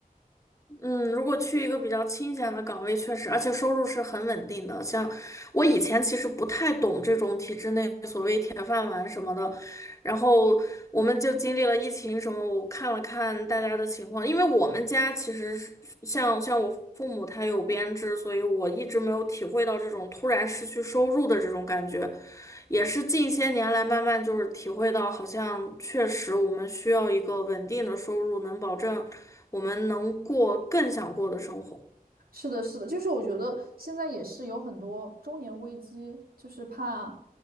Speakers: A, on the left; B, on the right.
A: 嗯，如果去一个比较清闲的岗位，确实，而且收入是很稳定的。像我以前其实不太懂这种体制内所谓铁饭碗什么的，然后我们就经历了疫情什么，我看了看大家的情况，因为我们家其实是像像我父母他有编制，所以我一直没有体会到这种突然失去收入的这种感觉，也是近些年来慢慢就是体会到，好像确实我们需要一个稳定的收入，能保证。我们能过更想过的生活，
B: 是的，是的，就是我觉得现在也是有很多中年危机，就是怕